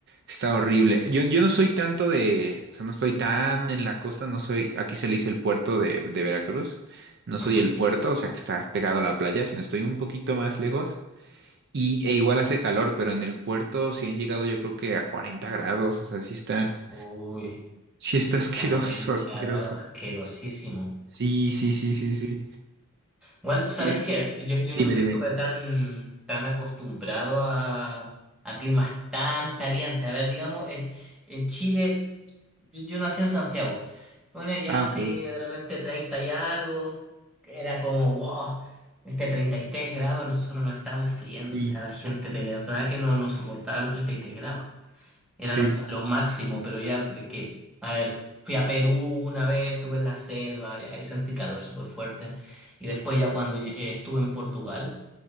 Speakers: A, on the right; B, in the centre.
A: está horrible. Yo, yo no soy tanto de, o sea, no estoy tan en la costa, no soy, aquí se le dice el puerto de, de Veracruz. No soy
B: Ujú.
A: el puerto, o sea, que está pegado a la playa, sino estoy un poquito más lejos. Y, e igual hace calor, pero en el puerto sí han llegado yo creo que a 40 grados, o sea, sí está,
B: Uy,
A: sí está <laughs> asqueroso,
B: 40
A: asqueroso.
B: grados, asquerosísimo.
A: Sí, sí, sí, sí, sí.
B: Igual, ¿sabes
A: Y-
B: qué? Yo, yo
A: Dime,
B: nunca
A: dime.
B: estuve tan, tan acostumbrado a, a climas tan calientes. A ver, digamos, en, en Chile. Yo, yo nací en Santiago. Bueno, ya
A: Ah,
B: así
A: ok.
B: de repente 30 y algo, era como, wow, este 33 grados, nosotros nos estábamos friendo.
A: Sí,
B: O sea, la gente de verdad que no nos soportaba los 33 grados. Era
A: sí.
B: lo, lo máximo, pero ya de que, a ver, fui a Perú una vez, estuve en la selva, y ahí sentí calor súper fuerte. Y después ya cuando eh, estuve en Portugal,